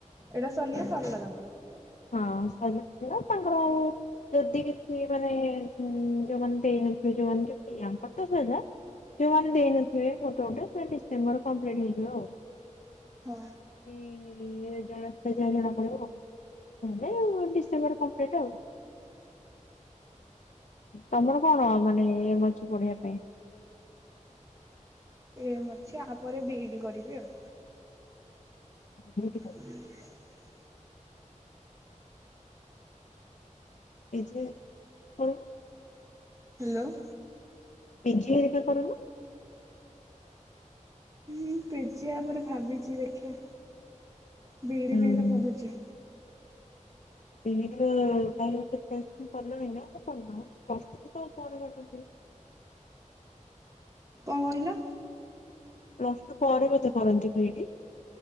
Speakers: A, on the right; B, on the left.
A: ଏଟା ସରଲେ ସରଲା ତାଙ୍କର।
B: ହଁ ସଇଲେ ସଇଲା ତାଙ୍କର ଆଉ ଯଦି କିଛି ମାନେ ଯୋଉମାନେ ଦେଇନଥିବେ ଯୋଉମାନେ ଯୋଉ ଇ ୟାଙ୍କର ତ ସଇଲା। ଯୋଉମାନେ ଦେଇନଥିବେ ଗୋଟେ ଗୋଟେ ସେ ଡିସେମ୍ବର କମ୍ପ୍ଲିଟ ହେଇଯିବ ଆଉ।
A: ହଁ।
B: ଏ ରିଜଲ୍ଟ ଆସିଲେ ଯାହା ଜଣା ପଡିବ ଆଉ। ନହେଲେ ଆଉ ଡିସେମ୍ବର କମ୍ପ୍ଲିଟ୍ ଆଉ। ତମର କଣ ମାନେ ଏମ୍ ଅଛି ପଢିବା ପାଇଁ।
A: ଏମ୍ ଅଛି ଆପରେ ବି ଇ ଡ଼ି କରିବି ଆଉ।
B: ବି ଇ ଡ଼ି <inaudible>
A: <inaudible>
B: ପିଜି କରୁନ।
A: ହ୍ୟାଲୋ।
B: ପିଜି ହେରିକା କରୁନ।
A: ମୁଁ ପିଜିି ୟାପରେ ଭାବିଛି ଦେଖିଆ ବି ଇ
B: ହୁଁ।
A: ଡ଼ି ପାଇଁ ତ ପଢୁଛି।
B: ବିଇଡି ର ପାଇଁ ପ୍ରିପାରେଶନ କଲଣି ନା କରିନ? <unintelligible>
A: କଁ କହିଲ?
B: ପ୍ଲସ ଟୁ ପରେ ବୋଧେ କରନ୍ତି ବିଇଡ଼ି?